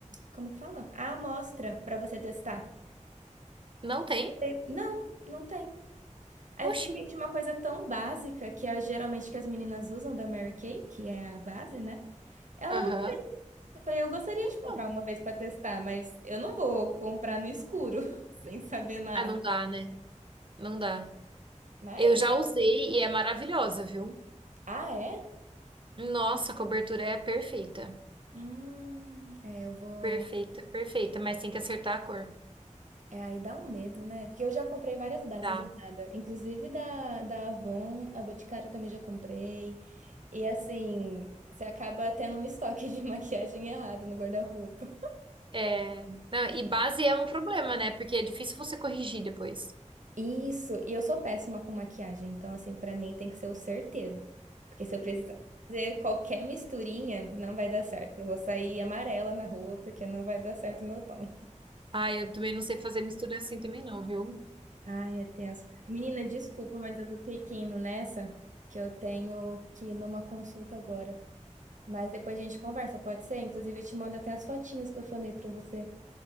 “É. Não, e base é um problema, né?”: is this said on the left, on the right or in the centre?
Right